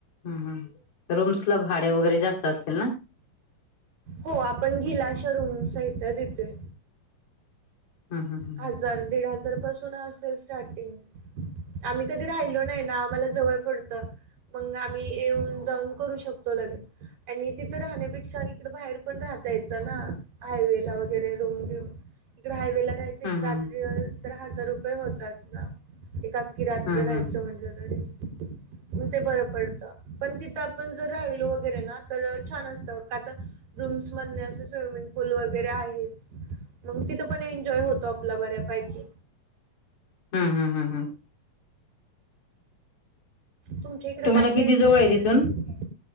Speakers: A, on the left (about 55°); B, on the right (about 80°).
A: ह ह रूम्स ला भाडे वगैरे जास्त असतील ना
B: हो आपण घेऊ अशा रूम आहेत तिथे
A: हम्म हम्म हम्म
B: हजार दीड हजार पासून असेल स्टार्टिंग आम्ही कधी राहिलो नाही ना आम्हाला जवळ पडतं मग आम्ही येऊन जाऊन करू शकतो लगेच आणि तिथं राहण्यापेक्षा इकड बाहेर पण राह हायवे वरे इ हायवे एक
A: हम्म हम्म
B: रात्री तर हजार रुपये होतात ना एक अकी रात्र
A: हम्म
B: राहायचं
A: हम्म
B: म्हटलं तरी <unintelligible> ते बरं पडत पण तिथं आपण जर राहिलो वगैरे ना तर छान असतं का तर रूम मध्ये स्विमिंग पूल आहे तिथे पण एन्जॉय होतं. तॉपला बऱ्या पाहिकीे
A: हम् हम् हम् हम्
B: तुमच्या इकडं
A: तुम्हाला
B: काय
A: किती
B: काय
A: जवळ
B: फिरायसखं
A: आहे तिथून